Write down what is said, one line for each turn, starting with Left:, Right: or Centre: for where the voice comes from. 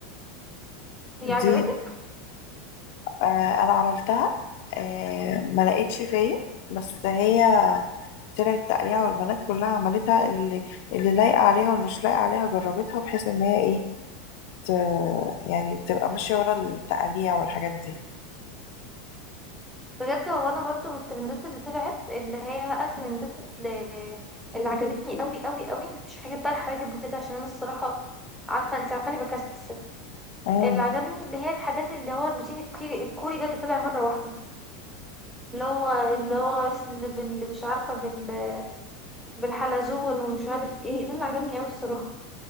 Centre: هي عجبتك؟
Left: دي آه، انا عملتها آه، ما لقيتش فيا بس هي طلعت تقريعة والبنات كلها عملتها اللي اللي لايقة عليها واللي مش لايقة عليها جربتها بحيث ان هي ايه ت... يعني تبقى ماشية ورا التقاليع والحاجات دي
Centre: بجد هو انا برضو من الترندات اللي طلعت اللي هي بقى ترندات اللي, اللي عجبتني قوي قوي قوي مش حاجات بقى الحواجب وكده عشان انا الصراحه عارفه انت عارفاني بكسل
Left: امم
Centre: اللي عجبني اللي هي الحاجات اللي هو الروتين الكوري الكوري ده اللي طلع مره واحده اللي هو اللي هو س- بال- مش عارفه بال بالحلزون ومش عارف ايه ده اللي عجبني قوي الصراحه